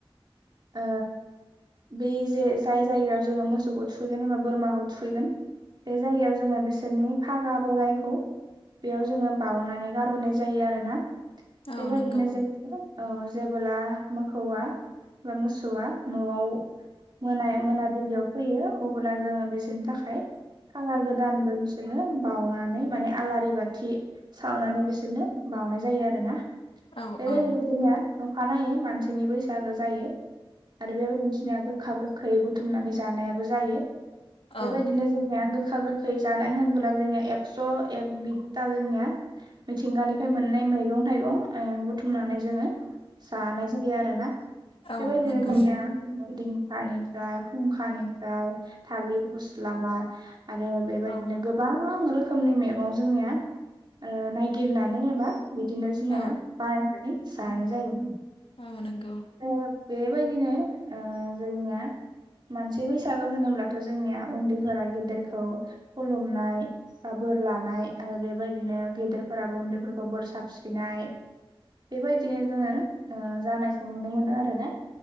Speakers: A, on the right; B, on the left.
A: ओ बे जे जाय जायगायाव जोङो मोसौखौ थुखैगोन एबा बोरमाखौ थुखैगोन बे जायगायाव जोङो बिसोरनि फागाबो रायखौ बेयाव जोङो बावनानै गारबोनाय जायो आरोना
B: औ
A: बेबायदिनो
B: नंगौ
A: जो औ जेबोला मोखौवा बा मोसौआ नआव मोना मोनाबिलियाव फैयो अब्ला जोङो बिसोरनि थाखाय फागा गोदानबो बिसोरनो बावनानै माने आलारि बाथि सावनानै बिसोरनो बाउनाय जायो आरो ना
B: औ
A: बेबायदिनो
B: औ
A: जोंनिया अखानायै मानसैनि बैसागो जायो आरो बेबायदिनो जोंनिया गोखा गोखै बुथुमनानै जानायाबो जायो
B: औ
A: बेबायदिनो जोंनिया गोखा गोख गोखै जानाय होनब्ला जोंनिया एकस एक बितआ जोंनिया मिथिंगानिफ्राय मोननाय मैगं थाइगं ओ बुथुमनानै जोङो जानाय जायो आरोना
B: औ
A: बेबायदिनो
B: नंगौ
A: जोंनिया दिंखानिफ्राय फुंखानिफ्राय थालिर फस्ला आरो बेबायदिनो
B: औ
A: गोबां रोखोमनि मैगं जोंनिया ओ नायगिरनानै एबा बिदिनो जोंनिया
B: औ
A: बारायनानै जानाय जायो
B: अ नोंगौ
A: ओ बेबायदिनो ओ जोंनिया मानसि बैसागो होनोब्लाथ जोंनिया उन्दैफोरा गेदेरखौ खुलुमनाय बा बोर लानाय आरो बेबायदिनो गेदेरफोराबो उन्दैफोरखौ बोर साबस्रिनाय बेबायदिनो जोङो ओ जानायखौ नुनो मोनो आरोना